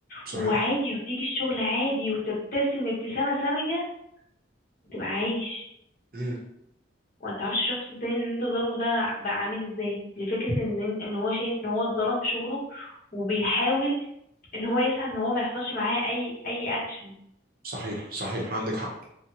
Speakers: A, on the right; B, on the left.
A: صحيح
B: وعادي وتيجي الشغل عادي وتبتسم ابتسامة سامجة تبقى عايش
A: امم
B: وانت عارفش الشخص التاني ان انت ظالمه ده بقى عامل ازاي لفكرة ان ان هو شايف ان هو اتظلم في شغله وبيحاول ان هو يسعى ان هو ما يحصلش معاه اي اي اكشن
A: صحيح صحيح عندك حق